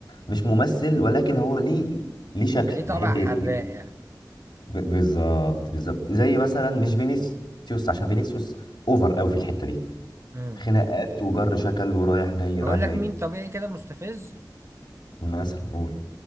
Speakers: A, on the left (about 75°); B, on the right (about 35°).
A: مش ممثل ولكن هو ليه ليه شكل
B: ليه
A: بيحب
B: طبع حراق
A: يبقى ليه شكل
B: يعني
A: ب- بالظبط بالظبط زي مثلا مش فينيسيوس عشان فينيسيوس اوفر قوي في الحته دي
B: امم
A: خناقات وجر شكل ورايح جاي
B: هقول
A: رايح
B: لك
A: جاي
B: مين طبيعي كده مستفز
A: مثلا نقول